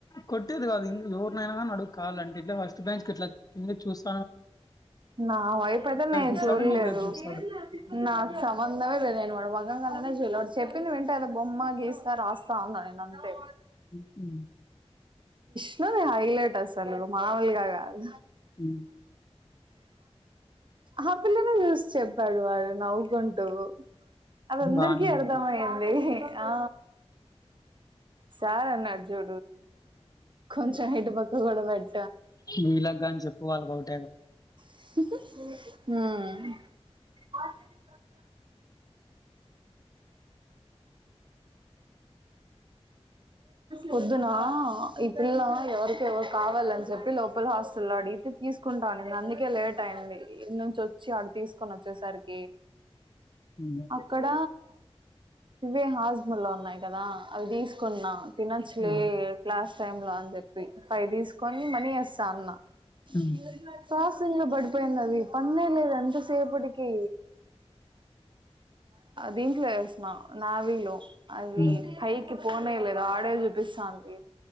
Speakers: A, on the left (about 35°); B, on the right (about 45°).
A: కొట్టేది కాదిం ఎవరు నైనా నడుగు కావాలంటే ఇట్లా ఫస్ట్ బెంచ్ ఇట్లా కిందకి చూస్త
B: నా వైపు అయితే నేను
A: చూస్తాడు
B: చూళ్ళేదు
A: నీ వైపు చూస్తాడు
B: నాకు సంబంధమే లేదు నేను వాడి ముఖం కల్లేనే చూడల చెప్పింది వింటే అదో బొమ్మ గీస్తా రాస్తా అన్నా నేను అంతే
A: ఉమ్ ఉమ్
B: ఇట్లా నే హైలైట్ అసలు మామూలుగా కాదు
A: హ్మ్
B: ఆ పిల్లని చూసి చెప్పాడు వాడు నవ్వుకుంటూ అది అందరికీ
A: బానేనా
B: అర్థమయ్యింది ఆ సార్ నాజు కొంచెం హెడ్ బ హోగడబైడ్
A: నువ్వు ఇలాగగాని చెప్పు వాళ్ల గోడ్
B: హ పొద్దున ఈ పిల్ల ఎవరికి ఎవరు కావాలని చెప్పి లోపల హాస్టల్లో లో అడిగితే తీసుకుంటాను నను అందుకే లేట్ అయింది ఇ నుంచి వచ్చి ఆడ తీసుకొని వచ్చేసరికి
A: హ్మ్
B: అక్కడ ఇవేనా హాజమ లో ఉన్నాయి కదా అవి తీసుకున్నా తినచ్చలే
A: హ్మ్
B: ఇగ క్లాస్ టైం లో అని చెప్పి ఫై తీసుకొని మనీ వస్తా అన్న
A: హ్మ్
B: శివర్ వన్ ప్రాసింగ్ లో పడిపోయింది అది పన్నేలేదు ఎంత సేపటి ది దీంట్లో వసిన నా వీలో అది
A: హ్మ్
B: పైకి పోన లేదా ఆడే జుపిస్థంధి